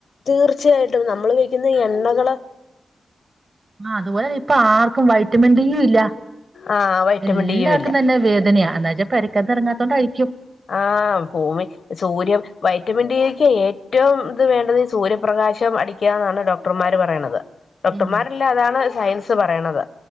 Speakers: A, on the left (about 60°); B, on the right (about 35°).
A: തീർച്ചയായിട്ടും നമ്മള് ഉപയോഗിക്കുന്ന എണ്ണകള്.
B: ആഹ് അതുപോലെ ഇപ്പോ ആർക്കും വയ് മെന്റ് <unintelligible> ല്ല
A: ആഹ് വൈറ്റമിൻ
B: എല്ലാർക്കും
A: ഡിയും ഇല്ല
B: തന്നെ വേദനയാ എന്നച്ചാ. പെരക്കകത്ത് എറങ്ങാത്തോണ്ടായിരിക്കും.
A: ആഹ് ഭൂമി സൂര്യം വൈറ്റമിൻ ഡിക്ക് ഏറ്റവും ഇത് വേണ്ടത്. സൂര്യപ്രകാശം അടിക്കാന്നാണ് ഡോക്ടർമാര് പറയണത് ഡോക്ടർമാരല്ല
B: ഉം
A: അതാണ് സയൻസ് പറയണത്